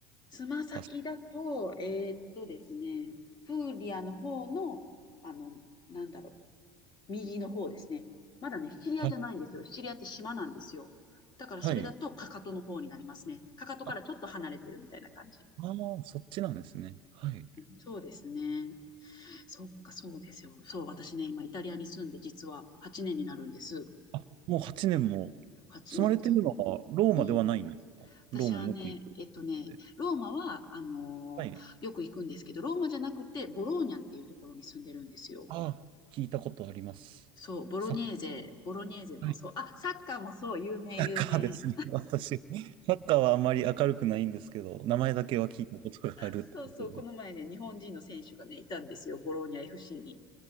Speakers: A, on the left (about 40°); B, on the right (about 50°).
A: つま先だと、
B: 確か。
A: えーっとですね、プーリアの方の、あの、なんだろう、右の方ですね。まだね、シチリアじゃないんですよ。
B: はい。
A: シチリアって島なんですよ。だからそれだとかかとの方になりますね。
B: はい。
A: かかとからちょっと離れてるみたいな感じ。
B: あ、ああそっちなんですね。はい。
A: そうですね。そっか、そうですよ。そう、私ね、今イタリアに住んで実は8年になるんです。
B: あ、もう8年も住まれてるのはローマではないんですかローマによく行くので。
A: 8年、そう。うん。私はね、えっとね、ローマは、あのーよく行くんですけど、
B: はい。
A: ローマじゃなくて、ボローニャっていうところに住んでるんですよ。
B: ああ、聞いたことあります。
A: そう、ボロネーゼ、
B: さ、は
A: ボロネーゼの、
B: い
A: そう、あ、サッカーもそう、有名、
B: サッカーですね。
A: 有名。
B: 私、サッカーはあまり明るくないんですけど、名前だけは聞いたことがあるってことで。
A: そうそう、この前ね、日本人の選手がね、いたんですよ、ボローニャ FC に。